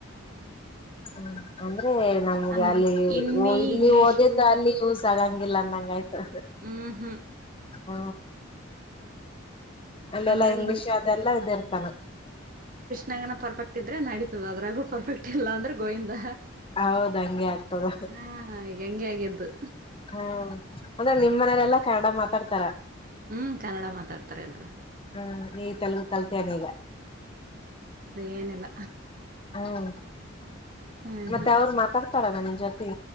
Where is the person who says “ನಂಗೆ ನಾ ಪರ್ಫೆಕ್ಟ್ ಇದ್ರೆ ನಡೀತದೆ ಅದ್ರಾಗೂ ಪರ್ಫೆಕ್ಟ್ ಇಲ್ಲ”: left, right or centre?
Right